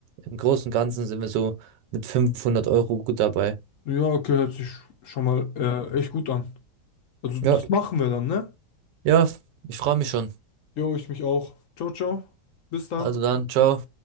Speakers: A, on the right (about 80°); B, on the left (about 60°).
A: im Großen und Ganzen sind wir so mit 500 Euro gut dabei.
B: Ja, okay, hört sich schon mal äh, echt gut an. Also das
A: Ja,
B: machen wir dann, ne?
A: ja, ich freue mich schon.
B: Jo, ich mich auch. Ciao, ciao. Bis dann.
A: Also dann, ciao.